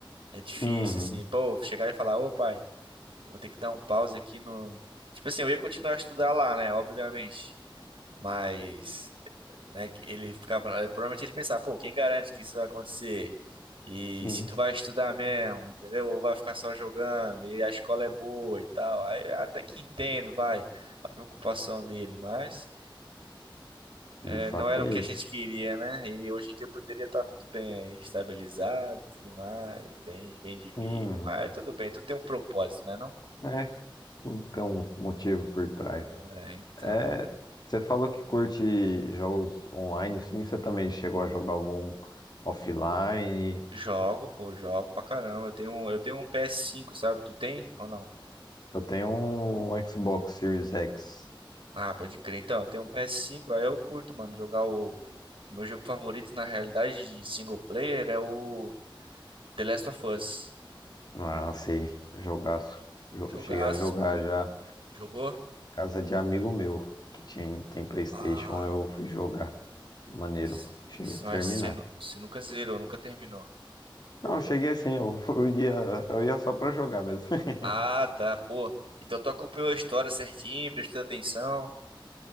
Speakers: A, on the right; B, on the left.
A: é difícil,
B: Uhum,
A: assim, pô, chegar e falar, ô pai. Eu Vou ter que dar um pause aqui no. Tipo assim, eu ia continuar a estudar lá, né? Obviamente. Mas, né, que ele ficava. Provavelmente ele pensava, pô, quem garante que isso vai acontecer? E
B: sim,
A: se tu vai estudar mesmo, entendeu? Ou vai ficar só jogando, e a escola é boa e tal. Aí eu até que entendo, vai, a preocupação dele, mas é,
B: de fato
A: não era
B: é
A: o que
B: isso.
A: a gente queria, né? E hoje em dia eu poderia estar muito bem aí, estabilizado e tudo mais, bem, bem de vida.
B: Uhum,
A: Mas tudo bem, tu tem um propósito, né, não?
B: é, tem um motivo por trás.
A: É, então.
B: É, você falou que curte jogos online, assim, você também chegou a jogar algum offline?
A: Jogo, pô, jogo pra caramba. Eu tenho, um- eu tenho um PS5, sabe? Tu tem ou não?
B: Eu tenho um Xbox Series X,
A: Ah, pode crer. Então, eu tenho um PS5, aí eu curto, mano, jogar o... O meu jogo favorito, na realidade, de single player é o The Last of Us.
B: Ah, sei, jogaço. Jo-
A: Jogaço,
B: Eu cheguei a jogar
A: mano.
B: já
A: Jogou?
B: casa de amigo meu, que tinha, tem PlayStation,
A: Ah,
B: eu fui jogar. Maneiro,
A: s-
B: cheguei a terminar.
A: mas você nu- você nunca zerou, nunca terminou.
B: Não, eu cheguei assim, eu, <laughs> eu ia, eu ia só pra jogar mesmo. <laughs>
A: Ah, tá, pô. Então tu acompanhou a história certinho, prestou atenção.